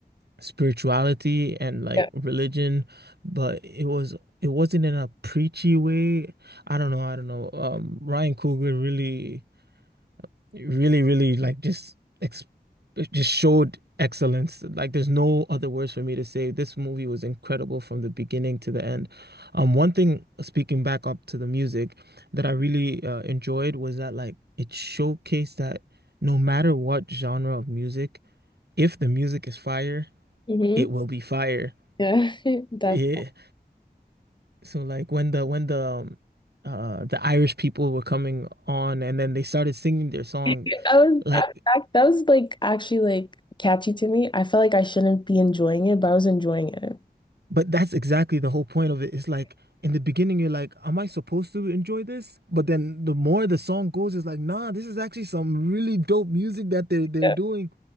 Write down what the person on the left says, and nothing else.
Yeah.
hmm
Yeah, <laughs> that
that was
that, that that was like actually like catchy to me. I felt like I shouldn't be enjoying it, but I was enjoying it.
Yeah.